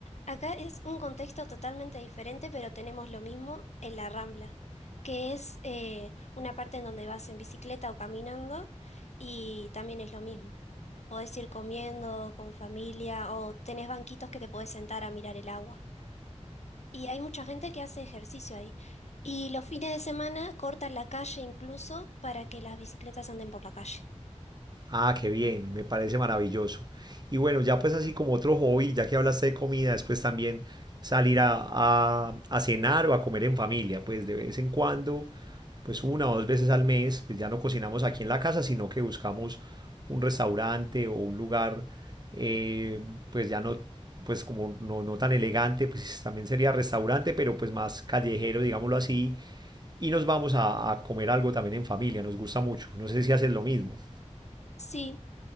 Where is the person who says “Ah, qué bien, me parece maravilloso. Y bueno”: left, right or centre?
Right